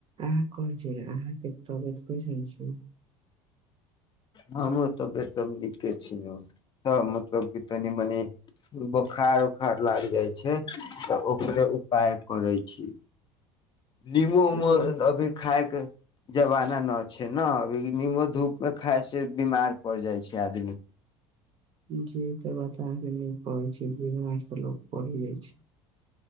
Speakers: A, on the right (about 40°); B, on the left (about 30°).
A: अहाँ कहै छी ने अहाँके तबियत कैसन छी?
B: हॅं हमरो तबियत नीके छी ने त मतलब तनि मनी बोखार उखार लागि जाइ छै तऽ ओकरे उपाय करै छी। नीमो उमो
A: बस
B: अभी खायके जमाना न छै ने अभी नीमो धूप मे खाय से बीमार पड़ जाइ छै आदमी।
A: जे त बता के नहि कहय छै बीमार त लोक पड़िये जाइ छै।